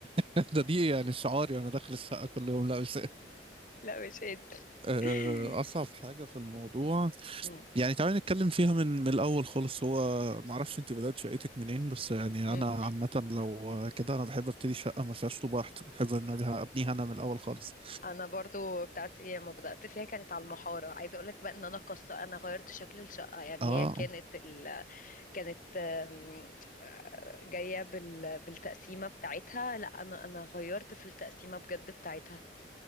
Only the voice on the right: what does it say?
<laughs> ده دي يعني شعاري وانا داخل الشقه كل يوم لا مش
آه
اصعب حاجه في الموضوع
يعني تعالى نتكلم فيها من من الاول خالص هو ما اعرفش انت بدات شقتك منين بس يعني
انا عامه لو كده انا بحب ابتدي شقه ما فيهاش طوب واحد بحب ان أنا ابنيها انا من الاول خالص
اه